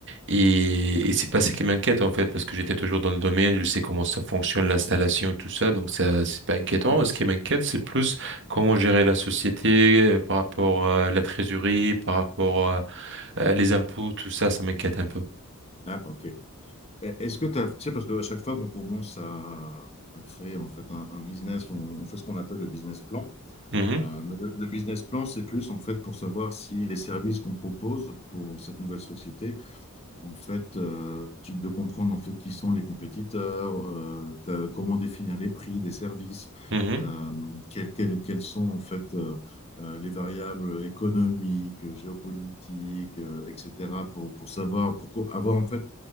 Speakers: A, on the right; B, on the left.
A: Et, et c'est pas ça qui m'inquiète en fait, parce que j'étais toujours dans le domaine, je sais comment ça fonctionne, l'installation, tout ça, donc ça, c'est pas inquiétant.
B: Mhm.
A: Ce qui m'inquiète, c'est plus comment gérer la société euh, par rapport à la trésorerie, par rapport à, à les impôts, tout ça, ça m'inquiète un peu.
B: Ah, ok. Et- Est-ce que tu as, tu sais, parce qu'à chaque fois qu'on commence à, à créer en fait un, un business, on, on fait ce qu'on appelle le business plan.
A: Mhm,
B: Euh, mais le, le business plan, c'est plus en fait pour savoir si les services qu'on propose pour cette nouvelle société en fait, euh, tu- de comprendre en fait qui sont les compétiteurs, euh, de- comment définir les prix des services,
A: mhm,
B: euh, quelles, quelles- quelles sont en fait euh, euh, les variables économiques, euh, géopolitiques, euh, etc. pour, pour savoir, pour co- avoir en fait